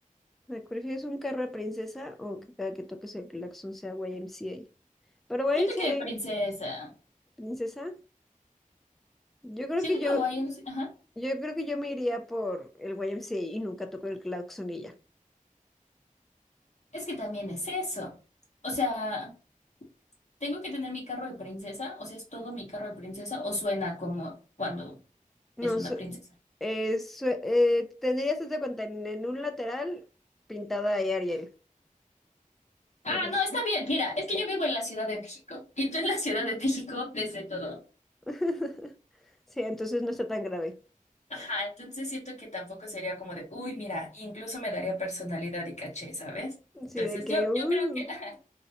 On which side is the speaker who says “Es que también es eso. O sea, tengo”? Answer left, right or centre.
Left